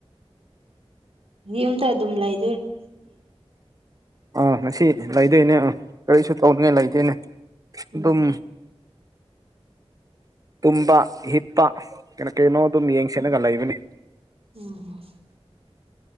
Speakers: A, on the right; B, on the right.
A: ꯌꯨꯝꯗ ꯑꯗꯨꯝ ꯂꯩ
B: ꯑꯥ ꯉꯁꯤ ꯂꯩꯗꯣꯏꯅꯦ ꯑꯥ ꯀꯔꯤꯁꯨ ꯇꯧꯅꯤꯡꯉꯥꯏ ꯂꯩꯗꯣꯏꯅꯦ
A: ꯎꯝ
B: ꯑꯗꯨꯝ ꯇꯨꯝꯕ ꯍꯤꯞꯄ ꯀꯩꯅꯣ ꯀꯩꯅꯣ ꯑꯗꯨꯝ ꯌꯦꯡ ꯁꯦꯠꯂꯒ ꯂꯩꯕꯅꯤ
A: ꯎꯝ